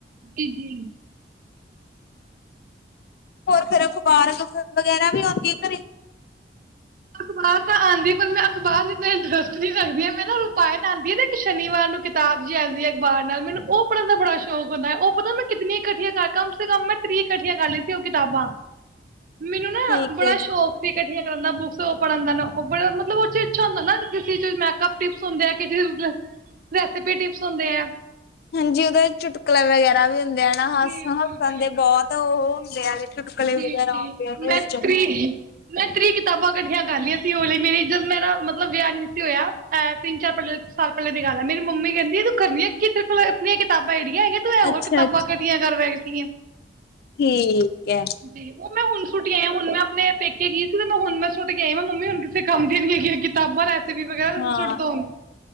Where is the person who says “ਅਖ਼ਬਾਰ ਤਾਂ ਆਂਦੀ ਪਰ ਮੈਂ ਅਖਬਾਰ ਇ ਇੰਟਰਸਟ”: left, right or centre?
Right